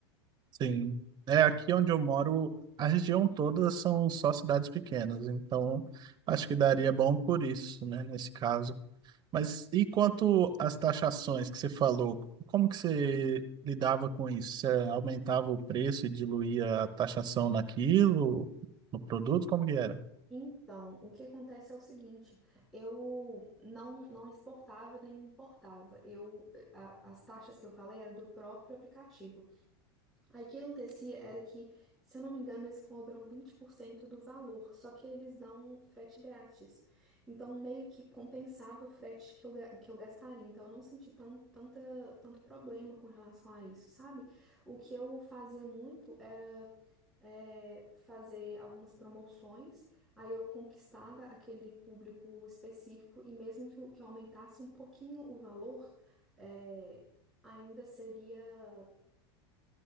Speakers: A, on the right; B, in the centre.
A: Sim. É aqui onde eu moro, a região toda são só cidades pequenas, então acho que daria bom por isso, né, nesse caso. Mas e quanto às taxações que você falou, como que você lidava com isso? Você aumentava o preço e diluía a taxação naquilo, no produto? Como que era?
B: Então, o que acontece é o seguinte, eu não, não exportava nem importava. Eu, a- as taxas que eu falei eram do próprio aplicativo. Aí o que acontecia era que, se eu não me engano, eles cobram 20% do valor, só que eles dão frete grátis. Então, meio que compensava o frete que eu, ga- que eu gastaria. Então, eu não senti tão, tanta, tanto problema com relação a isso, sabe? O que eu fazia muito era é, fazer algumas promoções, aí eu conquistava aquele público específico e mesmo que, eu- que eu aumentasse um pouquinho o valor, é, ainda seria